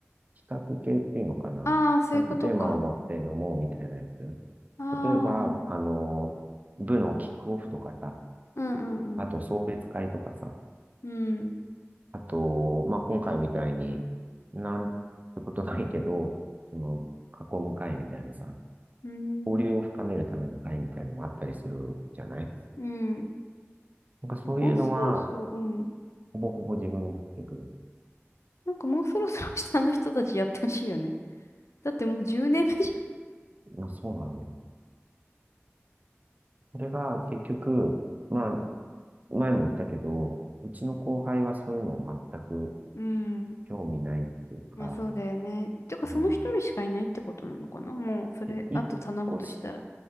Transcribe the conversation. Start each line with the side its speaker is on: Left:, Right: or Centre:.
Right: 企画系っていうのかな。
Left: ああ、そういうことか。
Right: ちゃんとテーマを持って飲もうみたいなやつ。
Left: ああ、
Right: 例えば、
Left: うん
Right: あの、部のキックオフとかさ、
Left: うんうん。
Right: あと送別会とかさ、
Left: うん、
Right: あと、まあ、今回みたいに、なんてことないけど、その、囲む会みたいなさ、
Left: うん、
Right: 交流を深めるための会みたいなのもあったりするじゃない
Left: うん。
Right: なんかそういうのは、
Left: でももうそろそろ、うん。
Right: ほぼほぼ自分に降ってくる。
Left: なんかもうそろそろ下の人たちやってほしいよね。だってもう10年目じ
Right: まあそうなんだよね。それが結局、まあ前も言ったけど、うちの後輩はそういうのを全く
Left: ゃん。うん。
Right: 興味ないっていうか、
Left: まあそうだよね。てかその一人しかいないってことなのかなもうそれ、
Right: うん、で一個し、
Left: あと頼むとしたら。